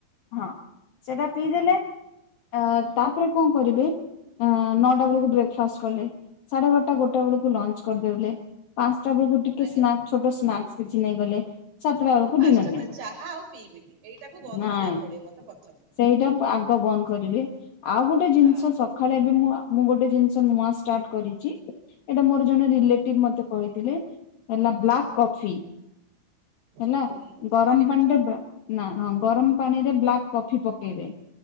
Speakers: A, on the left; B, on the right.
A: ହଁ ସେଟା ପିଇଦେଲେ ଆ
B: ହୁଁ
A: ତାପରେ କଣ କରିବେ? ନଅଟା ବେଳକୁ ବ୍ରେକ୍ଫାଷ୍ଟ କଲେ। ସାଢେ ବାରଟା ଗୋଟା ବେଳକୁ ଲଞ୍ଚ୍ କରିଦେବଲେ ପାଞ୍ଚଟା ବେଳକୁ ଟିକେ
B: ଆଜ୍ଞା।
A: ସ୍ନାକ୍ସ ଛୋଟ ସ୍ନାକ୍ସ କିଛି ନେଇଗଲେ। ସାତଟା ବେଳକୁ
B: ମୁଁ ପାଞ୍ଚଟା
A: ଡିନର ନେଇଗଲେ
B: ବେଳେ ଚାହା ଆଉ ପିଇବିନି ଏଇଟାକୁ ବନ୍ଦ
A: ନାଇଁ
B: କରିବାକୁ ପଡ଼ିବ ମତେ ପ୍ରଥମେ।
A: ସେଇଟା ଆଗ ବନ୍ଦ କରିବି ଆଉ ଗୋଟେ ଜିନିଷ
B: ହଁ
A: ସ ଖାଳେ ଏବେ ମୁଁ ମୁଁ ଗୋଟେ ଜିନିଷ ନୂଆ ଷ୍ଟାର୍ଟ କରିଛି। ଏଇଟା ମୋର ଜଣେ ରିଲେଟିଭ୍ ମତେ କହିଥିଲେ ହେଲା ବ୍ଲାକ୍
B: ହୁଁ
A: କଫି। ହେଲା
B: ହୁଁ ହୁଁ
A: ଗରମ
B: ଖାଲି
A: ପାଣିଟା
B: ପେଟରେ
A: ନା ହଁ ଗରମ ପାଣିରେ ବ୍ଲାକ୍ କଫି ପକେଇବେ